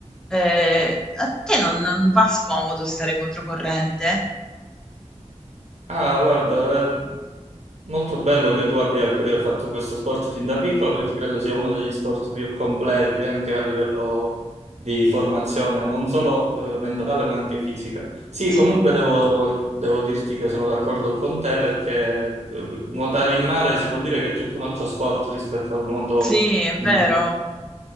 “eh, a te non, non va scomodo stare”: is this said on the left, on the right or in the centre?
Centre